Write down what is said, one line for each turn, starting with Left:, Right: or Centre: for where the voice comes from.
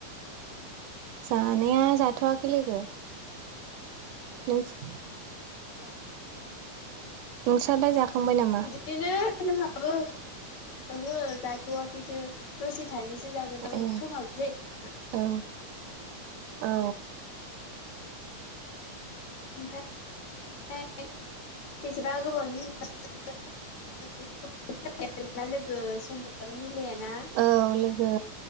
Right: जानाया जाथ'वाखै लोगो। <unintelligible>
Left: ए
Right: नोंस्रालाय जाखांबाय नामा?
Left: बिदिनो जोंहाबो ओहो जाथ'वाखैथो। दसे थानैसो जागोन आं
Right: ए
Left: <unintelligible>
Right: औ औ
Left: ओमफ्राय बेसेबा गोबावनि उनाव <unintelligible> <unintelligible> ना लोगो समफोराबो मिलायाना?
Right: औ लोगो